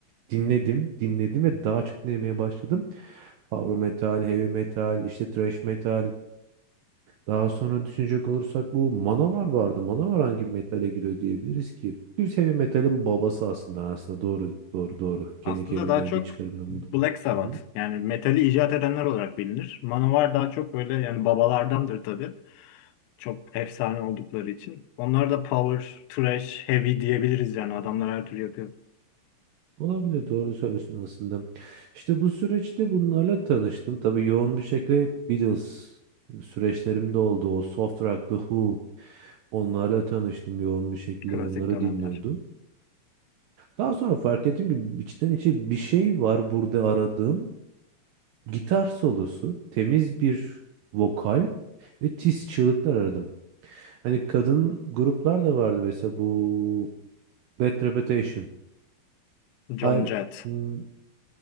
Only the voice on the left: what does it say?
Aslında
daha çok
Black Sabbath
yani metali icat edenler olarak bilinir. Manowar daha çok böyle yani babalardandır tabii. Çok efsane oldukları için. Onlar da power, thrash, heavy diyebiliriz yani adamlar her türlü yapıyor.
Klasik
dönemler.
John
Jett.